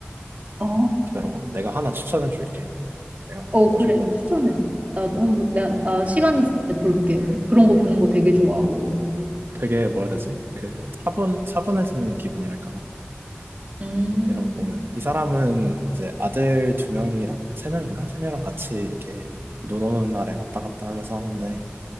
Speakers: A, on the right; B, on the right.
A: 아,
B: 기다려봐. 내가 하나 추천해 줄게. 내가
A: 어,
B: 가지고
A: 그래.
B: 가는.
A: 추천해줘. 나도 한번, 나, 나 시간 있을 때 볼게. 그런 거 보는 거 되게 좋아하거든.
B: 되게 뭐라 해야 되지? 그 차분 차분해지는 기분이랄까나?
A: 음,
B: 이런 거 보면 이 사람은 이제 아들 두 명이랑 세 명인가? 세 명이랑 같이 이렇게 노노는 날에 왔다 갔다 하면서 하는데